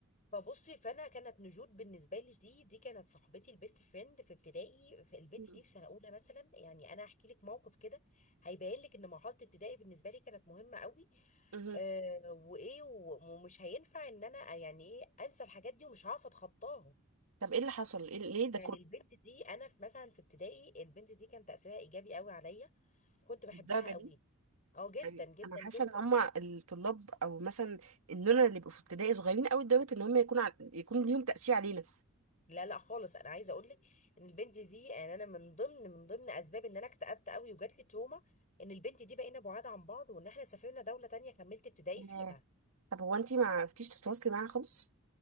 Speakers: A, on the left; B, on the right.
A: فبصي فانا كانت نجود بالنسبه لي دي دي كانت صاحبتي البيست فريند في ابتدائي في البنت
B: مهم.
A: دي في سنه اولى مثلا يعني انا هحكي لك موقف كده هيبين لك ان مرحله ابتدائي بالنسبه لي كانت مهمه قوي
B: مهم.
A: آه وايه و- ومش هينفع ان انا يعني ايه انسى الحاجات دي ومش هعرف اتخطاها
B: طب ايه اللي حصل؟ إيه- ليه ده
A: يعني
B: كله؟
A: البنت دي انا في مثلا في ابتدائي البنت دي كان تاثيرها ايجابي قوي عليا كنت بحبها
B: للدرجة دي؟
A: قوي اه جدا
B: يعني
A: جدا
B: انا حاسه
A: جدا
B: ان هما الطلاب او مثلا اننا اللي بيبقوا في ابتدائي صغيرين قوي لدرجه ان هما يكون ع... يكون ليهم تاثير علينا
A: لا لا خالص انا عايزه اقول لك ان البنت دي يعني انا من ضمن من ضمن اسباب ان انا اكتئبت قوي وجات لي تروما ان البنت دي بقينا بعاد عن بعض وان احنا سافرنا دوله تانية كملت ابتدائي فيها
B: آه، طب هو انتي ما عرفتيش تتواصلي معاها خالص